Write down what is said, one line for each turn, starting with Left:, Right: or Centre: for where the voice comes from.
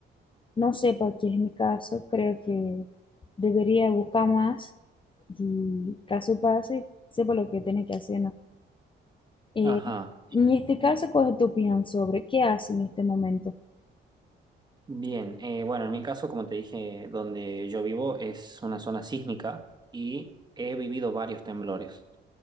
Left: no sepa que es mi caso, creo que debería buscar más y caso pase, sepa lo que tiene que hacer, ¿no? Eh,
Right: Ajá.
Left: en este caso, ¿cuál es tu opinión sobre qué hace en este momento?
Right: Bien, eh, bueno, en mi caso, como te dije, donde yo vivo es una zona sísmica y he vivido varios temblores.